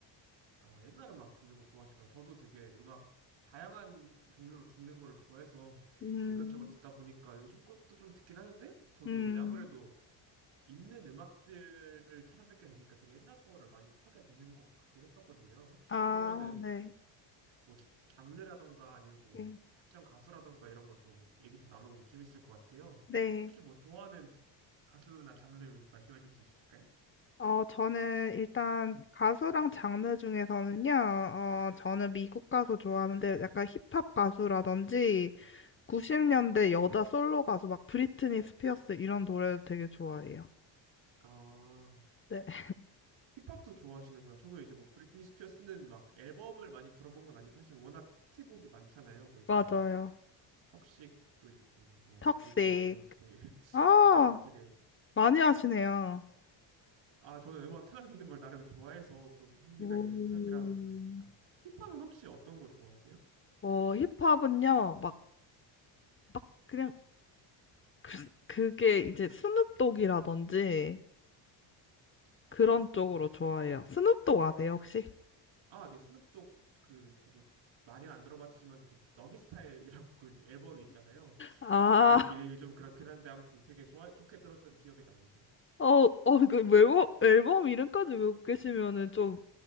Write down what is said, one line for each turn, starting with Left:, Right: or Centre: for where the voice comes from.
Right: 아, 옛날 음악 듣는 거 좋아하시구나. 저도 되게 음악, 다양한 종류로 듣는 거를 좋아해서
Left: 음,
Right: 이 이것저것 듣다 보니까 요즘 것도 좀 듣긴 하는데, 저도
Left: 음,
Right: 이제 아무래도 있는 음악들을 찾아 듣게 되니까 되게 옛날 거를 많이 파게 되는 것 같긴 했었거든요. 혹시
Left: 아,
Right: 그러면은,
Left: 네.
Right: 뭐 장르라던가 아니면 뭐
Left: 네.
Right: 특정 가수라던가 이런 거 좀 얘기 좀 나눠보면 재밌을 것 같아요.
Left: 네.
Right: 혹시 뭐 좋아하는 가수나 장르 말씀해 주실 수 있으실까요?
Left: 어, 저는 일단 가수랑 장르 중에서는요, 어, 저는 미국 가수 좋아하는데 약간 힙합 가수라든지 90년대 여자 솔로 가수 막 브리트니 스피어스 이런 노래도 되게 좋아해요.
Right: 아,
Left: 네, <laughs>
Right: 힙합도 좋아하시는구나. 저도 이제 뭐 브리트니 스피어스는 막 앨범을 많이 들어본 건 아닌데 사실 워낙 히트곡이 많잖아요. 뭐 이제
Left: 맞아요.
Right: 턱식도 있고 뭐
Left: 턱색.
Right: 베이비 원more 테일 <laughs>
Left: 아,
Right: 이런 것도 있고 되게
Left: 많이 하시네요.
Right: 아 저는 음악 찾아듣는 걸 나름 좋아해서 좀 흥미가
Left: 음.
Right: 있는 편이라 그렇습니다. 힙합은 혹시 어떤 거 좋아하세요?
Left: 어, 힙합은요, 막, 막, 그냥, 그, 그게 이제 스눕독이라든지 그런 쪽으로
Right: 아,
Left: 좋아해요. 스눕독 아세요, 혹시?
Right: 아, 네, 스눕독 그 저도 많이는 안 들어봤지만 그 너기 스타일이라고 그 앨범이 있잖아요.
Left: 아,
Right: 이, 이름이
Left: <laughs>
Right: 좀 그렇긴 한데 아무튼 되게 좋아 좋게 들었던 기억이 납니다.
Left: 어, 어, 그 앨범, 앨범 이름까지 외우고 계시면은 좀